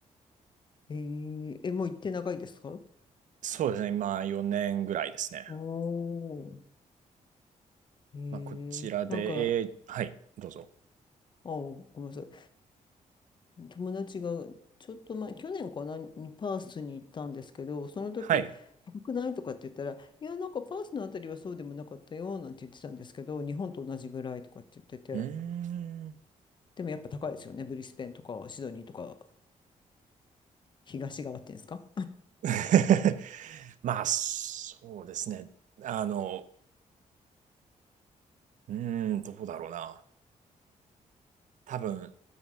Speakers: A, on the left; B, on the right.
A: えーえ、もう行って長いですか
B: そうですね、今4年ぐらいですね。
A: おおー。え
B: まあ、こちらで、
A: ー、なんか、
B: えーはい、どうぞ。
A: あーごめんなさい。友達がちょっと前、去年かな、にパースに行ったんですけど、その時、
B: はい。
A: 高くないとかって言ったら、いや、なんかパースのあたりはそうでもなかったよ、なんて言ってたんですけど、日本と同じぐらいとかって言ってて、
B: うーん。
A: でもやっぱ高いですよね、ブリスベンとかシドニーとか、東側っていうんですか。
B: <laughs> まあ、そうですね。あの、うーん、どうだろうな。多分、